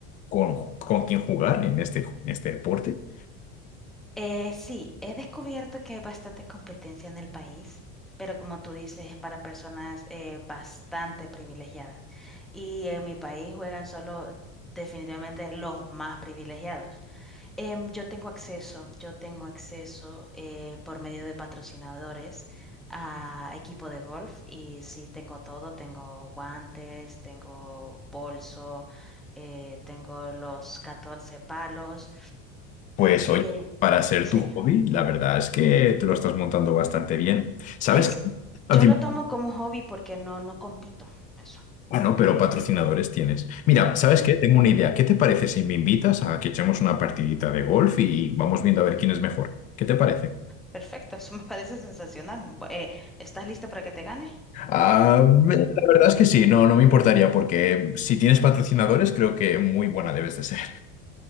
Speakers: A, on the left (about 25°); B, in the centre.
A: con, con quién jugar en este, en este deporte?
B: Eh, sí, he descubierto que hay bastante competencia en el país, pero como tú dices, es para personas eh, bastante privilegiadas. Y en mi país juegan solo definitivamente los más privilegiados. Em, yo tengo acceso, yo tengo acceso eh, por medio de patrocinadores a equipo de golf y sí, tengo todo, tengo guantes, tengo bolso, eh, tengo los 14 palos.
A: Pues
B: Eh,
A: oye, para ser
B: sí.
A: tu hobby, la verdad es que te lo estás montando bastante bien. ¿Sabes?
B: Es,
A: qué?
B: yo
A: Ah, dime.
B: lo tomo como hobby porque no, no compito. Eso.
A: Ah, no, pero patrocinadores tienes. Mira, ¿sabes qué? Tengo una idea. ¿Qué te parece si me invitas a que echemos una partidita de golf y vamos viendo a ver quién es mejor? ¿Qué te parece?
B: Perfecto, <laughs> eso me parece sensacional. Bu- eh, ¿estás lista para que te gane?
A: Ah, la verdad es que sí, no, no me importaría porque si tienes patrocinadores creo que muy buena debes de ser.